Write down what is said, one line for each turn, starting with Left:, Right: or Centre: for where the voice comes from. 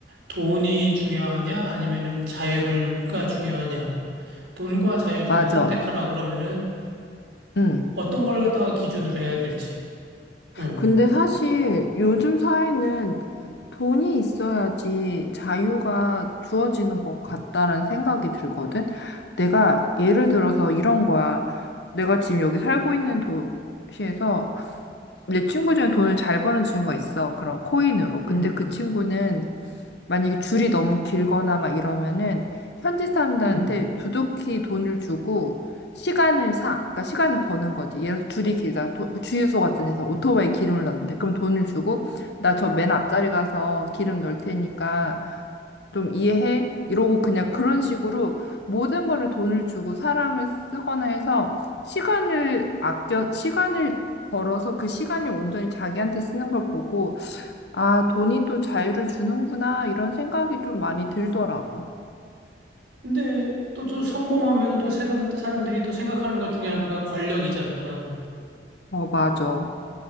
Right: 돈이 중요하냐, 아니면은 자유가 중요하냐. 돈과 자유 중에
Left: 맞아.
Right: 선택하라 그러면은
Left: 응.
Right: 어떤 걸 갖다가 기준으로 해야 될지. 응,
Left: 근데 사실 요즘 사회는 돈이 있어야지 자유가 주어지는 것 같다라는 생각이 들거든. 내가 예를 들어서 이런 거야. 내가 지금 여기 살고 있는 도시에서 내 친구 중에 돈을 잘 버는 친구가 있어. 그런 코인으로. 근데
Right: 응,
Left: 그 친구는 만약에 줄이 너무 길거나 막 이러면은 현지 사람들한테
Right: 응.
Left: 두둑히 돈을 주고 시간을 사. 그러니까 시간을 버는 거지. 예를 들어 줄이 길다. 도- 그 주유소 같은 데서 오토바이 기름을 넣는데 그럼 돈을 주고 나 저 맨 앞자리 가서 기름 넣을 테니까 좀 이해해? 이러고 그냥 그런 식으로 모든 거를 돈을 주고 사람을 쓰거나 해서 시간을 아껴, 시간을 벌어서 그 시간을 온전히 자기한테 쓰는 걸 보고, 아, 돈이 또 자유를 주는구나, 이런 생각이 좀 많이 들더라고.
Right: 근데 또, 또 성공하면 또 사람, 사람들이 또 생각하는 것 중에 하나가 권력이잖아.
Left: 어, 맞아.